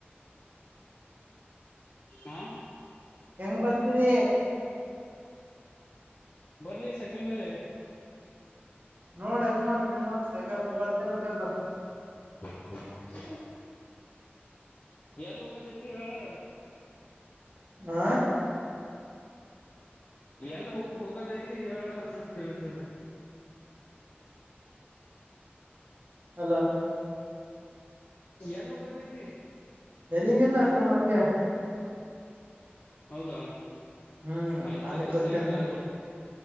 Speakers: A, on the left (about 40°); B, on the right (about 50°).
A: ಹಾ
B: ಹೆಂಗ್ ಬರ್ತದಿ
A: ಬರ್ಲಿ ಸೈಕಲ್ ಮೇಲೆ
B: ನೋಡ ಹೆಂಗ ಮಾಡತ್ ಸೈಕಲ್ ಮೇಲೆ ಬರ್ತೀನಿ ಅಂದ್ರೆ ಬರ್ತೀನಿ
A: <inaudible> ಎಲ್ಲಿ ಹೋಗೋದು ಅಯ್ತಿ ಹೇಳೋ
B: ಆ
A: ಎಲ್ ಹೋಗ ಹೋಗೋದಐತಿ ಹೇಳ ಕೇಳ್ತದೇ
B: ಹಲೋ
A: ಎಲ್ಲಿ ಹೋಗೋದಐತಿ
B: ಎಲ್ಲಿಗಿಲ್ಲ ಸುಮ್ಮ ಹಂಗೆ
A: ಹೌದಾ
B: ಹ್ಮ್
A: ಆಯ್ತು
B: ಪಾನಿಪುರಿ
A: ಬಂದ ಸೈಕಲ್
B: ತಿಂತಾರ
A: ತಗೋತಿನಿ